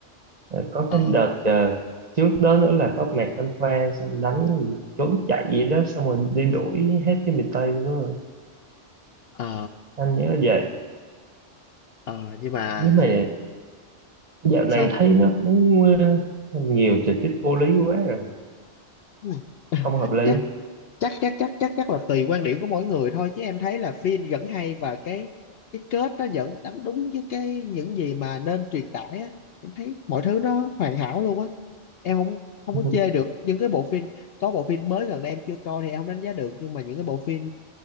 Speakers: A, on the right; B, on the left.
A: Ờ, có
B: ờ
A: cái đợt ờ, trước đó nữa là có Mạc Văn Khoa xong đánh gì, trốn chạy gì đó xong rồi đi đuổi hết cái miền Tây luôn đó
B: ờ
A: anh nhớ vậy
B: ờ nhưng mà
A: nhưng mà dạo này
B: sao
A: thấy nó cũng ờ, nhiều tình tiết vô lý quá rồi
B: anh? Ừ. <laughs>
A: không hợp lý
B: chắc chắc chắc chắc chắc chắc là tùy quan điểm của mỗi người thôi chứ em thấy là phim vẫn hay và cái cái kết nó vẫn đánh đúng với cái những gì mà nên truyền tải á em thấy mọi thứ nó hoàn hảo luôn á em không không
A: <laughs>
B: có chê được những cái bộ phim có bộ phim mới gần đây em chưa coi thì em không đánh giá được nhưng mà những cái bộ phim